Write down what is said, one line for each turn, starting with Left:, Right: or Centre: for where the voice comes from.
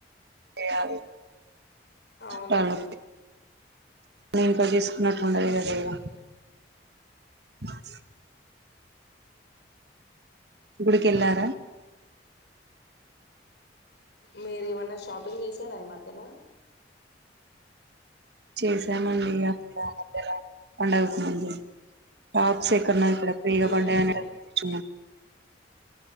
Right: చెయ్యాలి
Left: అవునవును
Right: టను నింకా తీసు నాకుండదు కదా
Left: మ్మ్
Right: ఇగ బ గుడికెళ్ళారా
Left: మీరు ఏమన్నా షాపింగ్ చేసారా ఈ మద్యల
Right: చేసామండి అప్పు ల కొండవుకు మంది టాప్స్ ఎక్కడైనా ఫ్రీ గా
Left: మ్మ్
Right: పండగనే ఇంచ